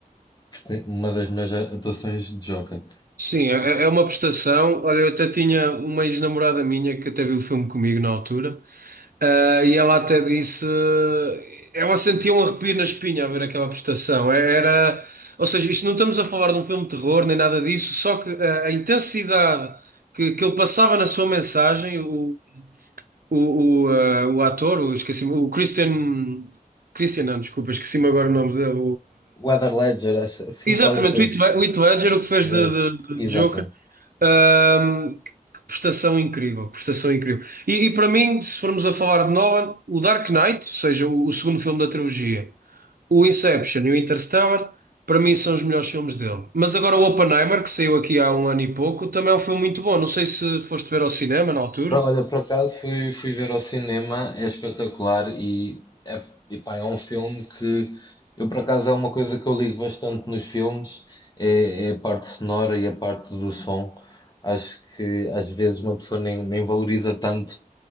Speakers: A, on the left; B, on the right.
A: presen- uma das melhores atuações de Joker.
B: Sim, é é é uma prestação. Olha, eu até tinha uma ex-namorada minha que até viu o filme comigo na altura, ah, e ela até disse. Ela sentia um arrepio na espinha a ver aquela prestação. É, Era. Ou seja, isto não estamos a falar de um filme de terror nem nada disso, só que ah, a intensidade que, que ele passava na sua mensagem, o, o, o, ah, o ator, o, esqueci-me, o Christian. Christian, não, desculpa, esqueci-me agora o nome dele.
A: O Heath Ledger, acho, sim,
B: Exatamente,
A: qualquer coisa.
B: o Heath Led- o Heath Ledger, o que fez
A: Eh,
B: de, de-
A: Exatamente.
B: de Joker, ahm, que prestação incrível, prestação incrível. E, e para mim, se formos a falar de Nolan, o Dark Knight, ou seja, o, o segundo filme da trilogia, o Inception e o Interstellar, para mim são os melhores filmes dele. Mas agora o Oppenheimer, que saiu aqui há um ano e pouco, também é um filme muito bom. Não sei se foste ver ao cinema na altura.
A: Pro- Olha, por acaso fui, fui ver ao cinema, é espetacular e é, epá, é um filme que eu por acaso é uma coisa que eu ligo bastante nos filmes, é, é a parte sonora e a parte do som. Acho que às vezes uma pessoa nem, nem valoriza tanto